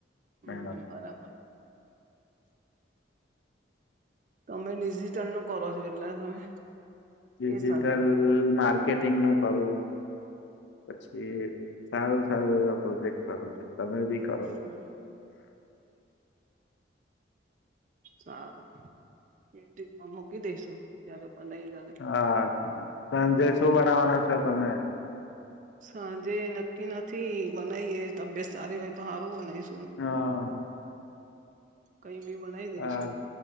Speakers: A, on the right (about 40°); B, on the left (about 70°).
A: હમ્મ
B: મેડમ
A: બરાબર તમે ડિજિટલ નું કરો છો, એટલે તમે
B: ડિજિટલ
A: એ સલાહ આપો
B: માર્કેટિંગ નું કરવું, પછી સારું સારું એવા પ્રોજેક્ટ કરું છું. તમે બી ખરો
A: હમ સારું યુટ્યુબમાં મૂકી દઈશું જયારે બનાવી ત્યારે
B: અછા સંજય
A: એટલે
B: શું બનાવવાનો છે, તમે
A: સાંજે નક્કી નથી બનાવી એ તબિયત સારી હોય તો સારું બનાવી
B: હા
A: કઈ બી બનાવી દઈશું
B: હા